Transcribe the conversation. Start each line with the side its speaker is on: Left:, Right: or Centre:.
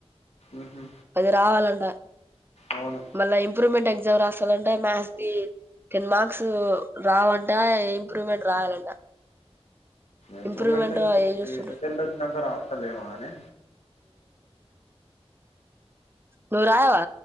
Left: ఉహు
Right: అది రావాలంట
Left: అవును
Right: మళ్ళా ఇంప్రూవ్మెంట్ ఎగ్జా రాస్తాలంట మ్యాథ్స్ కి టెన్ మార్క్స్ రావంట ఇంప్రూవ్మెంట్ రాయాలంట
Left: ఇంప్రూవమెంట్ం
Right: ఇంప్రూవ్మెంట్ అయి చూస్తుండు
Left: క రాఫతలే అనే
Right: నూరుయవా